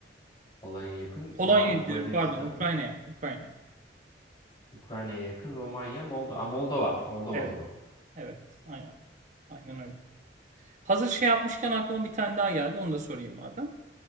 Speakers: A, on the left (about 25°); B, on the right (about 45°).
A: Polonya'ya yakın
B: Polonya
A: ne var? Macaristan.
B: diyorum pardon Ukrayna'ya. Ukrayna.
A: Ukrayna'ya yakın. Romanya, Moldova. Aa, Moldova. Moldova
B: Evet.
A: o zaman.
B: Evet. Aynen. Aynen öyle. Hazır şey yapmışken aklıma bir tane daha geldi. Onu da sorayım madem.